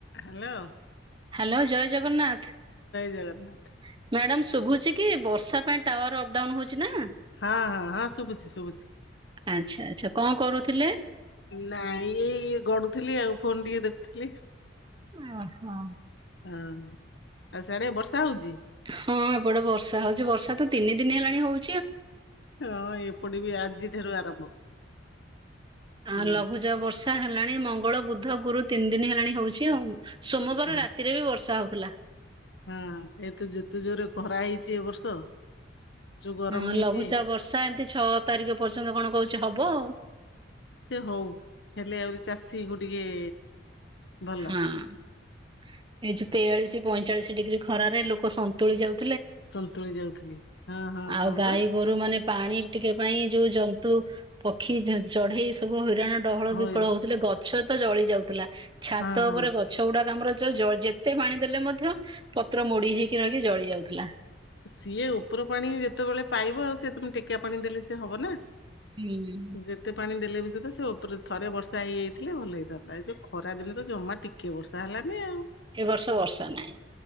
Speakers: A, on the left; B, on the right.
A: Hello.
B: Hello ଜୟ Jagannath ।
A: ଜଗନ୍ନାଥ
B: Madam ଶୁଭୁଛି କି ବର୍ଷା ପାଇଁ ଟାୱାର ଅପଡାଉନ ହଉଛି ନା।
A: ହଁ ହଁ ହଁ ଶୁଭୁଛି ଶୁଭୁଛି।
B: ଅଚ୍ଛା ଆଚ୍ଛା କଣ କରୁଥିଲେ?
A: ନାଇଁ ଇଏ ଇ ଗଡୁଥିଲି ଆଉ ଫୋନ ଟିକେ ଦେଖୁଥିଲି।
B: ଓହୋ।
A: ଓ ଆଉ ସେଆଡେ ବର୍ଷା ହଉଚି?
B: ହଁ ଏପଟେ ବର୍ଷା ହଉଛି ବର୍ଷା ତ ତିନି ଦିନ ହେଲାଣି ହଉ
A: ହଁ ଏପଟ ବି ଆଜିଠାରୁ ଆରମ୍ଭ।
B: ଆ
A: ହୁଁ
B: ଲଘୁଚାପ ବର୍ଷା ହେଲାଣି ମଙ୍ଗଳ ବୁଧ ଗୁରୁ ତିନି ଦିନ ହେଲାଣି ହଉ ଚି ଆଉ ସୋମବାର
A: ହଁ
B: ରାତିରେ ବି ବର୍ଷା ହଉଥିଲା।
A: ହଁ ଏତ ଯେତେ ଜୋରେ ଖରା ହେଇଛି ଏ ବର୍ଷ। ଯୋଉ ଗରମ
B: ହଁ
A: ହେଇଛି
B: ଲଘୁଚାପ ବର୍ଷା ଏମିତି ଛଅ ତାରିଖ ପର୍ଯ୍ୟନ୍ତ କଣ କହୁଛି ହବ ଆଉ।
A: ସେ ହଉ ହେଲେ ଆହୁରି ଚାଷୀ କୁ ଟିକେ ଭଲ
B: ହଁ ଏଇ ଯୋଉ ତେୟାଳିଶ ପଇଁଚାଳିଶ ଡିଗ୍ରୀ ଖରାରେ ଲୋକ ସନ୍ତୁଳି ଯାଉ
A: ସନ୍ତୁଳି ଯାଉଥିଲି ହଁ ହଁ
B: ଆଉ
A: ହଁ
B: ଗାଈ
A: ପା।
B: ଗୋରୁ ମାନେ ପାଣି ଟିକେ ପାଇଁ ଯୋଉ ଜନ୍ତୁ ପକ୍ଷୀ ଚଢେଇ ସବୁ। ହଁ ଡହଳ
A: ହଇ
B: ବିକଳ ହଉଥିଲେ ଗଛ ତ ଜଳି ଯାଉଥିଲା ଛାତ
A: ହଁ ହଁ
B: ଉପରେ ଗଛ ଗୁଡା। ଆମର ଯେତେ ପାଣି ଦେଲେ ମଧ୍ୟ ପତ୍ର ମୋଡି ହେଇକି ରହିକି ଜଳି ଯାଉଥିଲା।
A: ସିଏ ଉପର ପାଣି ଯେତେବେଳେ ପାଇବ ଆଉ ସି ତମେ ଟେକିଆ ପାଣି ଦେଲେ ସିଏ ହବ ନା।
B: ହୁଁ ଉଁ।
A: ଯେତେ ପାଣି ଦେଲେ ବି ସହିତ ସେ ଉପରେ ଥରେ ବର୍ଷା ହେଇଯାଇଥିଲେ ଭଲ ହେଇଥାନ୍ତା ଏ ଯଉ ଖରା ଦିନେ ତ ଜମା ଟିକେ ବର୍ଷା ହେଲାନି ଆଉ।
B: ଏବର୍ଷ ବର୍ଷା ନାଇଁ।